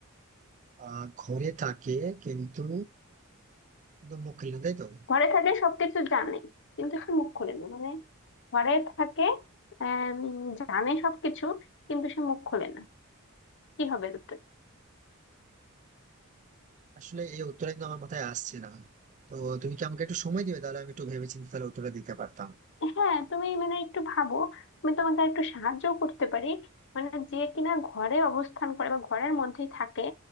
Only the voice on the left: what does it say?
ঘরে থাকলে সবকিছু জানে কিন্তু সে মুখ খোলে না মানে ঘরে থাকে আহ জানে সবকিছু কিন্তু সে মুখ খোলে না কি হবে এর উত্তর
হ্যাঁ তুমি মানে একটু ভাবো আমি তোমাকে একটু সাহায্য করতে পারি মানে যে কিনা ঘরে অবস্থান করে বা ঘরের মধ্যেই থাকে